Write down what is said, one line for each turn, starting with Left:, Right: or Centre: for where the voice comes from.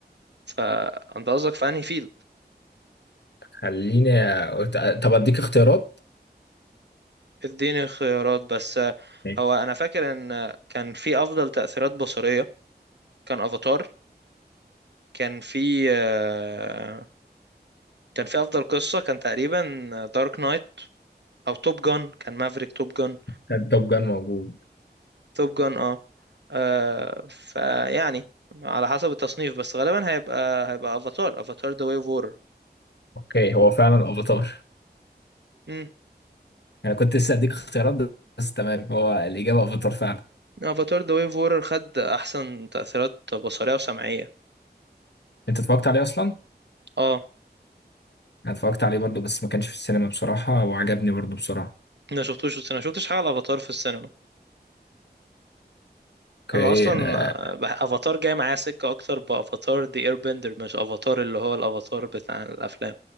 Right: فانت قصدك في انهي فيلد
Left: خليني أقول- طب اديك اختيارات
Right: اديني خيارات بس آه،
Left: ماشي
Right: هو انا فاكر ان كان في افضل تأثيرات بصرية كان افاتار كان في آه، كان في افضل قصه كان تقريبا دارك نايت او توب جان كان مافريك توب جان
Left: كان توب جان موجود
Right: توب جان اه, آه فيعني على حسب التصنيف بس غالبا هيبقى هيبقى افاتار افاتار ذا واي اوف وورر
Left: اوكي هو فعلا افاتار
Right: امم
Left: انا كنت لسه اديك اختيارات بس تمام هو الاجابه افاتار فعلا
Right: افاتار ذا واي اوف وورر خد احسن تاثيرات بصريه وسمعيه
Left: انت اتفرجت عليه اصلا
Right: اه
Left: انا اتفرجت عليه برضو بس ما كانش في السينما بصراحه وعجبني برضو بصراحه
Right: ما شفتوش في السينما ما شفتش حاجه الافاتار في السينما
Left: اوكي
Right: انا اصلا
Left: انا
Right: آه، بح- افاتار جاي معايا سكه اكتر بافاتار ذا اير بندر مش افاتار اللي هو الافاتار بتاع الافلام